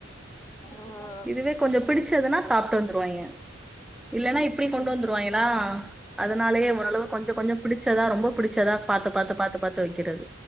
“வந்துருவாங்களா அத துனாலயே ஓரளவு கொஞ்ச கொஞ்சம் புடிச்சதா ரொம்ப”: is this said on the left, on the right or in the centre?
Centre